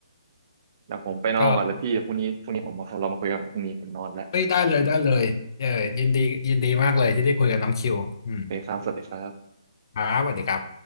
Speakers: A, on the right (about 40°); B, on the left (about 50°).
A: ๆเดี๋ยวผมไปนอนก่อนแล้วพี่พรุ่งนี้พรุ่งนี้ผมมาเรามาคุยกันพรุ่งนี้ผมนอนแล้ว
B: ก็ เฮ้ยได้เลยได้เลยเออยินดียินดีมากเลยที่ได้คุยกับน้องคิวอืม
A: โอเคครับสวัสดีครับ
B: ครับสวัสดีครับ